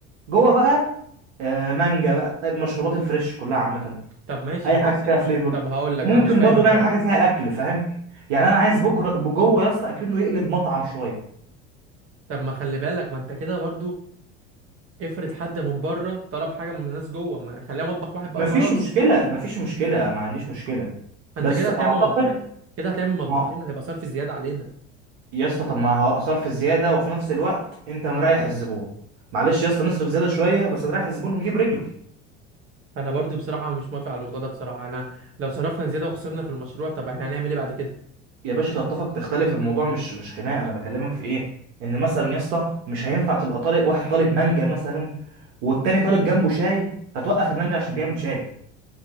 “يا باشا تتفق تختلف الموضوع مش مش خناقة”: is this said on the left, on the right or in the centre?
Right